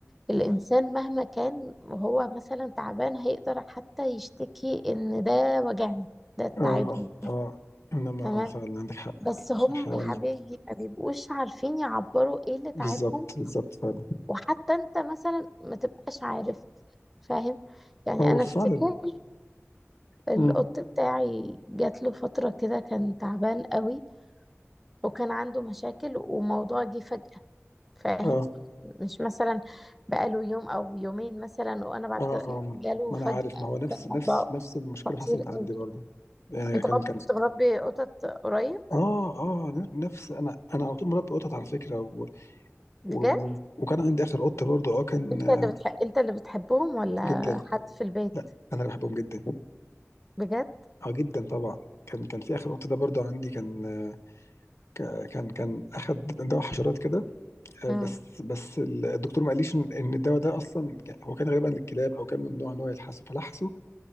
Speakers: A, in the centre; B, on the left.
A: الإنسان مهما كان وهو مثلا تعبان هيقدر حتى يشتكي إن ده وجعني ده
B: اه
A: تعبني
B: اه انما
A: تمام
B: اه فعلا عندك حق
A: بس هم
B: الحيوان
A: يا حبيبي ما بيبقوش عارفين يعبروا ايه اللي تعبهم
B: بالظبط بالظبط فعلا
A: وحتى انت مثلا ما تبقاش عارف فاهم يعني
B: هو
A: انا
B: فعلا
A: افتكر القط
B: امم
A: بتاعي جات له فترة كده كان تعبان قوي وكان عنده مشاكل وموضوع جه فجأة فاهم
B: اه
A: مش مثلا بقاله يوم او يومين مثلا وانا بعد
B: اه
A: كده
B: اه
A: لا
B: آه.
A: جاله
B: ما
A: فجأة
B: انا عارف ما هو
A: وكان
B: نفس نفس
A: موضوع
B: نفس المشكله
A: خطير
B: حصلت عندي
A: قوي
B: برضه يعني
A: انت
B: كان
A: برضه
B: كان
A: كنت مربي قطط قريب
B: اه اه نفس انا انا على طول مربي قطط على فكره و...
A: بجد
B: و... و... وكان عندي اخر قطه برضه اه كان
A: انت
B: آه،
A: اللي بتح... انت اللي بتحبهم ولا
B: جدا
A: حد في البيت
B: لا انا اللي بحبهم جدا
A: بجد
B: اه جدا طبعا كان كان في اخر قطه ده برضه عندي كان آه، ك- كان كان اخد دواء حشرات كده آه،
A: امم
B: بس بس ال- الدكتور ما قاليش ان إن الدواء ده اصلا يعني هو كان غالبا للكلاب او كان ممنوع ان هو يلحسه فلحسه